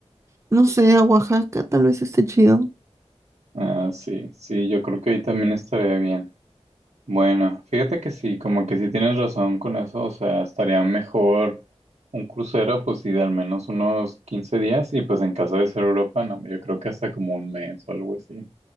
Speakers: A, on the right; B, on the right.
A: no sé, a Oaxaca, tal vez esté chido.
B: ah, sí, sí, yo creo que ahí también estaría bien. Bueno, fíjate que sí, como que sí tienes razón con eso, o sea, estaría mejor un crucero, pues sí, de al menos unos 15 días, y pues en caso de ser Europa, no, yo creo que hasta como un mes o algo así.